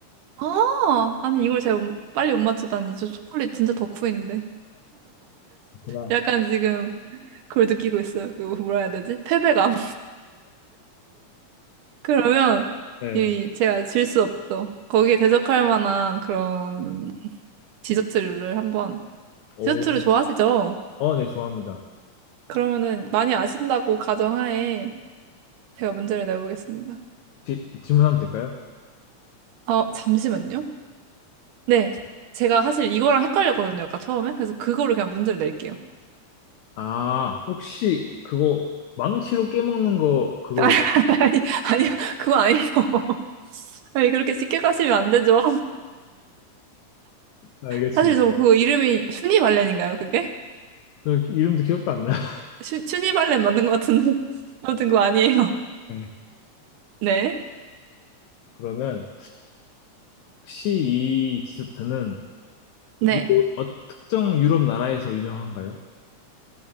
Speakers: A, on the right; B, on the left.
A: 아, 아니, 이걸 제가 못- 빨리 못 맞추다니. 저 초콜릿 진짜 덕후인데.
B: 그렇구나.
A: 약간 지금 그걸 느끼고 있어요. 그, 뭐라 해야 되지? 패배감. 그러면
B: 네.
A: 이 제가 질 수 없죠. 거기에 대적할 만한 그런 디저트류를 한번
B: 오.
A: 디저트를 좋아하시죠?
B: 어, 네, 좋아합니다.
A: 그러면은 많이 아신다고 가정하에 제가 문제를 내보겠습니다.
B: 혹시 질문하면 될까요?
A: 어, 잠시만요. 네, 제가 사실 이거랑 헷갈렸거든요. 아까 처음에. 그래서 그거를 그냥 문제를 낼게요.
B: 아, 혹시 그거 망치로 깨먹는 거 그거
A: <laughs> 아니, 아니, 그거 아니에요. <laughs> 아니, 그렇게 쉽게 가시면 안 되죠.
B: 알겠습니다.
A: 사실 저 그거 이름이 슈니발렌인가요, 그게?
B: 저 이름도 기억도 안 나요. <laughs>
A: 슈, 슈니발렌 맞는 것 같은데. <laughs> 아무튼 그거 아니에요.
B: 네.
A: 네.
B: 그러면 혹시 이 디저트는
A: 네.
B: 유로, 어, 특정 유럽 나라에서 유명한가요?